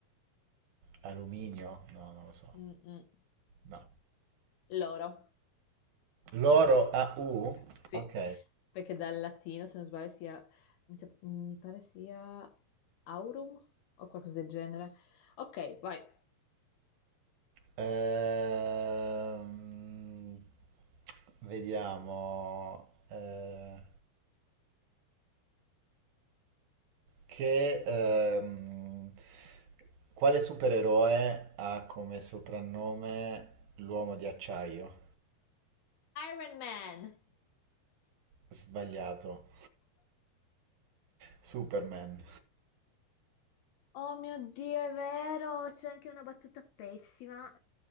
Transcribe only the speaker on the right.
alluminio? No, non lo so.
No.
Loro AU?
Ok.
Ehm, vediamo. eh, che, ehm, quale supereroe ha come soprannome l'uomo di acciaio?
Sbagliato. Superman.